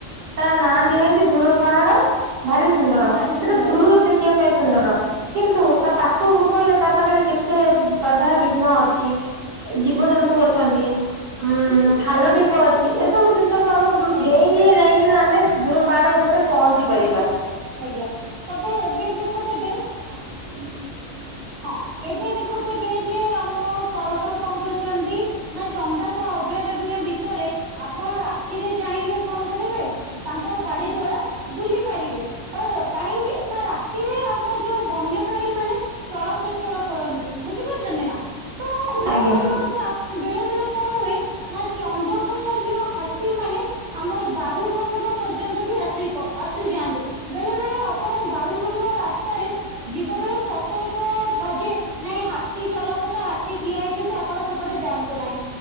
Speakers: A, on the right; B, on the right.
A: ତା ନାଁ ଦିଆ ହେଇଛି ଦୂର ପାହାଡ ଭାରି ସୁନ୍ଦର
B: ଭାରି ସୁନ୍ଦର
A: ସେଟା ଦୂରରୁ ଦେଖିବା ପାଇଁ ସୁନ୍ଦର। କିନ୍ତୁ ତା ପାଖକୁ ଗଲେ ତା ପାଖରେ କେତେ ବାଧାବିଘ୍ନ ଅଛି। ଜୀବଜନ୍ତୁ ଅଛନ୍ତି। ଉଁ ଖାଲ ଢିପ ଅଛି ଏସବୁ ଜିନିଷକୁ ଆମକୁ
B: ଆଜ୍ଞା
A: ଡେଇଁଲେ ଯାଇକିନା ଆମେ ଦୂର ପାହାଡ ଉପରେ ପହଞ୍ଚି ପାରିବା।
B: ଆଜ୍ଞା ତାପରେ ଏବେ ଦେଖୁ ଥିବେ
A: ହ <unintelligible>
B: ହଁ ଏବେ ଦେଖୁଥିବ ଯେ ଆମ ସରକାର କଣ କରୁଛନ୍ତି ନା ଚନ୍ଦକା ଅଭୟାରଣ୍ୟ ଭିତରେ ଆପଣ ରାତିରେ ଚାହିଁଲେ କଣ କରିବେ ତାଙ୍କର ଗାଡି ଦ୍ଵାରା ବୁଲି ପାରିବେ। ହଁ କାହିଁକି ନା ରାତିରେ ଆମର ଯୋଉ ବନ୍ୟପ୍ରାଣୀ ମାନେ ଚଳ ପ୍ରଚଳ କରନ୍ତି ବୁଝିପାରୁଛନ୍ତି ନା ତ ମୁଁ
A: ଆଜ୍ଞା
B: କହିବା କଥା ବେଳେ ବେଳେ କଣ ହୁଏ ନା ଚନ୍ଦକ ଯୋଉ ହାତୀ ମାନେ ଆମର ଦାରୁଭଙ୍ଗ ପର୍ଯ୍ୟନ୍ତ ବି ଆସି ପ ଆସିଯାଆନ୍ତି ବେଳେ ବେଳେ ଆପଣ ଦାରୁଭଙ୍ଗ ରାସ୍ତାରେ ଯିବା ବେଳେ ସ ତର୍କ ବାଜେ ନାଇଁ ହାତୀ ଚଲାପଥ ହାତୀ ଠିଆ ହେଇଛନ୍ତି ଆପଣ ସେପଟେ ଯାଆନ୍ତୁ ନାହିଁ।